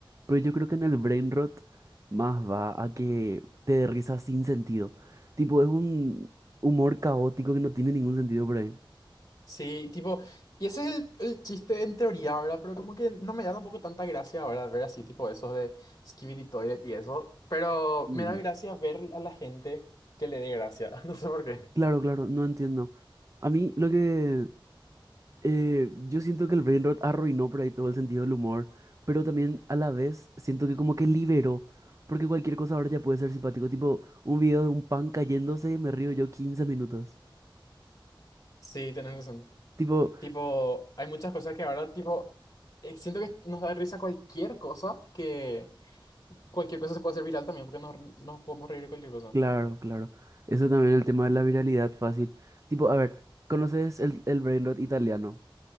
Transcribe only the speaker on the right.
pero yo creo que en el brain rot más va a que te dé risa sin sentido. Tipo, es un humor caótico que no tiene ningún sentido por ahí.
Mm.
Claro, claro, no entiendo. A mí lo que Eh, yo siento que el Brain Rot arruinó por ahí todo el sentido del humor, pero también a la vez siento que como que liberó, porque cualquier cosa ahora ya puede ser simpático, tipo un video de un pan cayéndose, me río yo quince minutos.
Tipo,
claro, claro. Eso también el tema de la viralidad fácil. Tipo, a ver, ¿conoces el, el Brain Rot italiano?